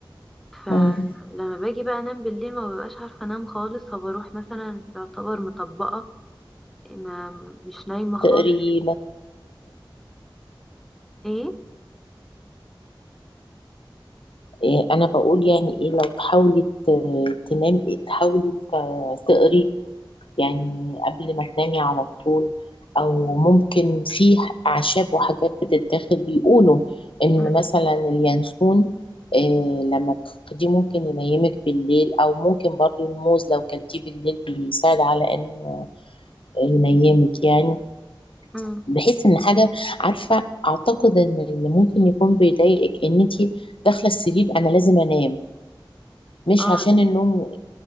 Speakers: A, in the centre; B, on the left.
A: فلما
B: امم
A: باجي بقى انام بالليل ما ببقاش عارفة انام خالص فبروح مثلا يعتبر مطبقة ما مش نايمة خالص
B: تقري مثلا
A: ايه
B: آه، انا بقول يعني ايه لو تحاولي ت- تنامي تحاولي ت- تقري يعني قبل ما تنامي على طول او ممكن في اعشاب وحاجات بتتاخد بيقولوا ان
A: مم.
B: مثلا اليانسون آه، لما بتاخديه ممكن ينيمك بالليل او ممكن برضو الموز لو كلتيه بالليل بيساعد على انه ينيمك يعني
A: مم.
B: بحيث ان حاجه عارفه اعتقد ان اللي ممكن يكون بيضايقك ان انت داخله السرير انا لازم انام مش
A: اه
B: عشان النوم